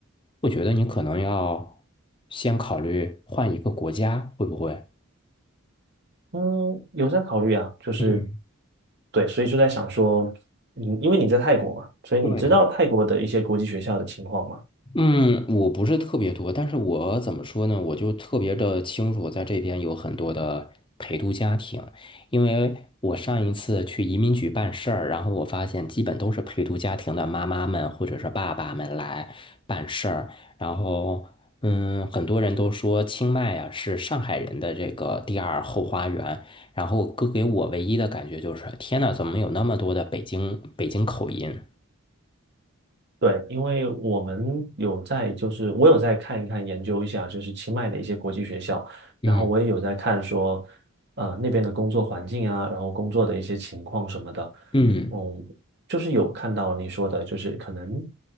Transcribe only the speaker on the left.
我觉得你可能要先考虑换一个国家，会不会？
嗯，
对。嗯，我不是特别多，但是我怎么说呢？我就特别的清楚，在这边有很多的陪读家庭，因为我上一次去移民局办事儿，然后我发现基本都是陪读家庭的妈妈们或者是爸爸们来办事儿，然后嗯，很多人都说清迈啊是上海人的这个第二后花园，然后哥给我唯一的感觉就是，天呐，怎么有那么多的北京北京口音？
嗯
嗯。